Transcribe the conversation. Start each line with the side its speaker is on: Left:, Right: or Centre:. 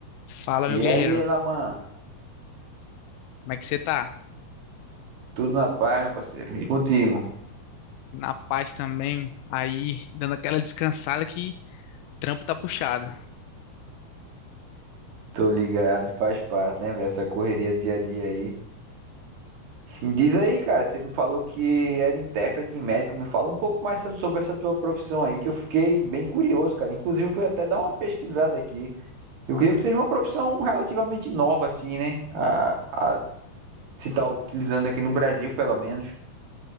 Left: Fala,
Right: E
Left: meu guerreiro.
Right: aí, Elaman,
Left: Como é que você tá?
Right: tudo na paz, meu parceiro? E contigo?
Left: Na paz também, aí dando aquela descansada que trampo tá puxado.
Right: Tô ligado, faz parte, né, velho? Essa correria do dia a dia aí. Me diz aí, cara, você me falou que era intérprete e médico. Me fala um pouco mais so- sobre essa tua profissão aí, que eu fiquei bem curioso, cara. Inclusive, eu fui até dar uma pesquisada aqui. Eu creio que seja uma profissão relativamente nova, assim, né? A, a se tá utilizando aqui no Brasil, pelo menos.